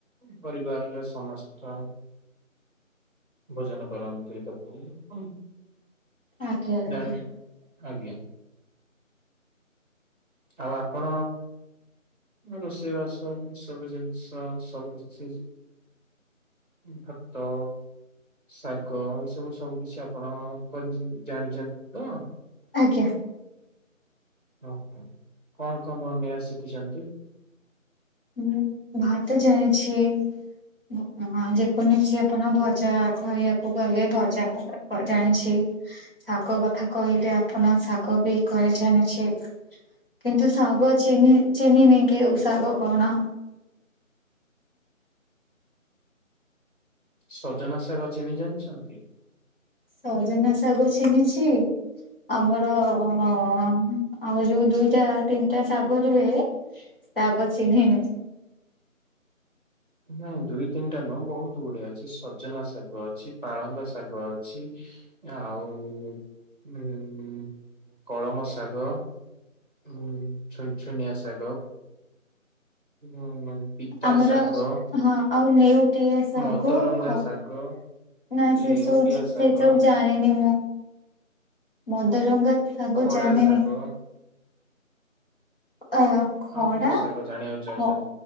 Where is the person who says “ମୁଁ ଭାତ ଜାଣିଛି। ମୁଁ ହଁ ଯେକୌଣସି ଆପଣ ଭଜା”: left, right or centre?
Left